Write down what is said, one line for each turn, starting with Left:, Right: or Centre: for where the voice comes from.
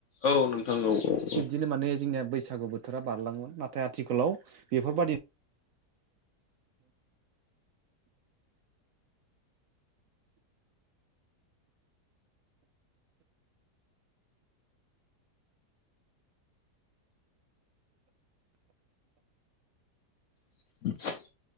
Left: औ नोंथां औ औ औ।
Right: बिदिनो माने जोंनिया बैसागु बोथोरा बारलाङोमोन। नाथाय आथिखालाव बेफोरबायदि
Left: <inaudible>